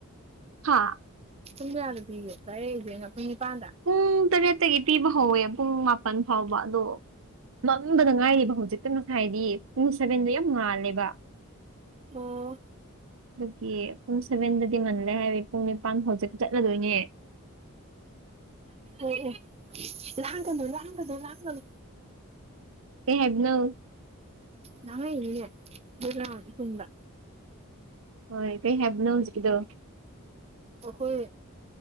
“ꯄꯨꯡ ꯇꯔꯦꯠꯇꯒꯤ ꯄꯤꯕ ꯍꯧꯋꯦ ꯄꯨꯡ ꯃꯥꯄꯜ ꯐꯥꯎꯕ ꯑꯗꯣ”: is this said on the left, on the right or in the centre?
Right